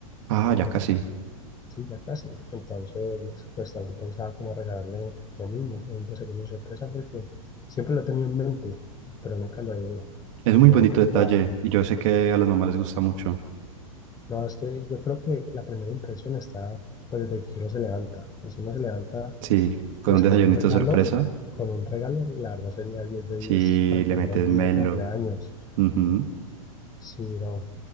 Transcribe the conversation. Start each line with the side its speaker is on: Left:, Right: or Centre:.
Right: Ah, ya casi.
Left: sí, ya casi. Entonces, pues también pensaba como regalarle lo mismo, un desayuno sorpresa, porque siempre lo he tenido en mente, pero nunca lo he,
Right: Es un muy
Left: lo
Right: bonito
Left: he efectuado.
Right: detalle y yo sé que a las mamás les gusta mucho.
Left: No, es que yo creo que la primera impresión está pues desde que uno se levanta. Y si uno se levanta
Right: Sí, con
Left: pues
Right: un desayunito
Left: con un regalo,
Right: sorpresa.
Left: con un regalo, la verdad sería 10 de
Right: Sí,
Left: 10 para empezar
Right: le metes
Left: el día
Right: melo.
Left: de cumpleaños.
Right: ujú.
Left: Sí, no,